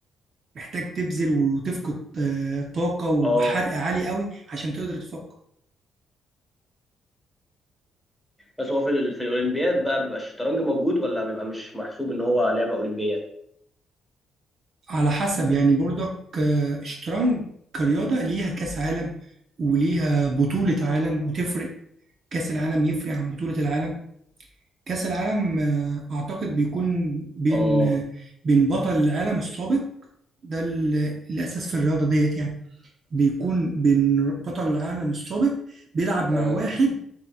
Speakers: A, on the right (about 50°); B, in the centre.
A: محتاج تبذل وتفقد آه طاقة وحرق
B: اه
A: عالي قوي عشان تقدر تفكر
B: بس هو في ال- في الاولمبياد بقى بيبقى الشطرنج موجود ولا بيبقى مش محسوب ان هو لعبه اولمبيه
A: على حسب يعني بردك آه الشطرنج كرياضة ليها كأس عالم وليها بطولة عالم وتفرق كأس العالم يفرق عن بطولة العالم كأس العالم آه، أعتقد بيكون بين
B: اه
A: آه، بين بطل العالم السابق ده ال- الأساس في الرياضة ديت يعني بيكون بين بطل العالم السابق بيلعب
B: اه
A: مع واحد